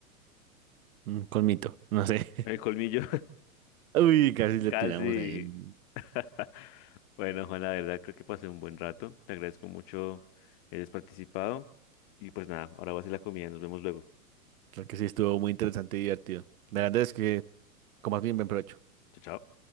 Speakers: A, on the right; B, on the left.
A: Mm, Con mito, no sé.
B: El colmillo,
A: <laughs> Uy,
B: <laughs>
A: casi le
B: casi.
A: tiramos ahí.
B: <laughs> Bueno, Juan, la verdad creo que pasé un buen rato. Te agradezco mucho que hayas participado. Y pues nada, ahora voy a hacer la comida. Nos vemos luego.
A: Creo que sí estuvo muy interesante y divertido. De verdad es que comas bien, buen provecho.
B: Chao, chao.